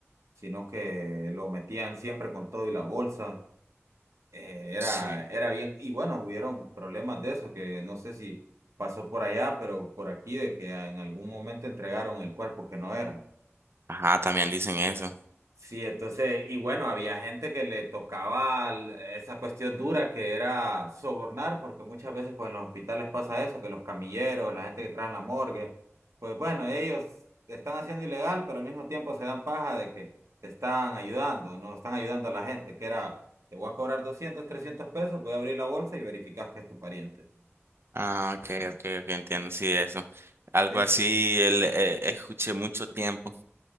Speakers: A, on the right; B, on the right.
A: sino que lo metían siempre con todo y la bolsa. eh, era,
B: sí.
A: era bien, y bueno, hubieron problemas de eso, que no sé si pasó por allá, pero por aquí, de que en algún momento entregaron el cuerpo que no era.
B: Ajá, también dicen eso.
A: Sí, entonces, y bueno, había gente que le tocaba l- esa cuestión dura que era sobornar, porque muchas veces pues en los hospitales pasa eso, que los camilleros, la gente que trae en la morgue, pues bueno, ellos están haciendo ilegal, pero al mismo tiempo se dan paja de que te están ayudando, no están ayudando a la gente, que era, te voy a cobrar doscientos trescientos pesos, voy a abrir la bolsa y verificas que es tu pariente.
B: Ah, ok, ok, ok, entiendo, sí, eso. Algo
A: Este,
B: así el, eh, escuché mucho tiempo.